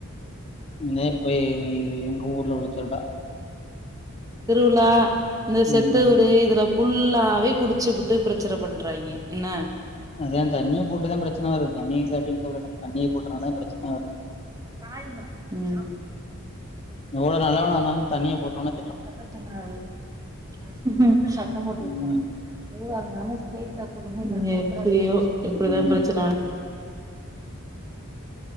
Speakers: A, on the left (about 25°); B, on the right (about 15°).
A: ஏ இப்ப எங் எங்க ஊர்ல உள்ள திருளா
B: திருவிழா இந்த செத்த
A: ம்
B: வீடு இதுல புல்லாவே குடிச்புட்டு பிரச் சன பண்றாங்க என்ன
A: அதா தண்ணிய போட்டுதா பிரச்சன வரு தண்ணி இல்லாட்டி இந்த பிரச்சன தண்ணிய போட்டனாலதா பிரச்சனையே வருது
B: காய்மா சாப் ம்
A: எவ்வள நல்லவனா இருந்தாலு தண்ணிய போட்டோனா
B: எங்கண்ண தூங்றாரு ஆ சத்தம் போட்டு விட்ட
A: ம்
B: எதுவாருந் நார்மல் ஸ்ரெயிட்டா சொல்லுங்க இல்ல எப்டியோ எப்டிதா
A: ம்
B: பிரச்சன